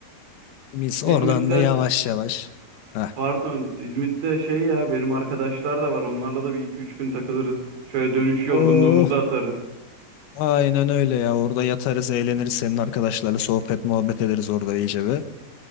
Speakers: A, on the left; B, on the right.
A: Biz
B: İzmit'te
A: oradan da yavaş yavaş. Heh.
B: pardon İzmit'te şey ya benim arkadaşlar da var. Onlarla da bir iki üç gün takılırız. Şöyle dönüş yorgunluğumuzu
A: Oh,
B: atarız.
A: aynen öyle ya. Orada yatarız, eğleniriz. Senin arkadaşlarla sohbet muhabbet ederiz orada iyice bir.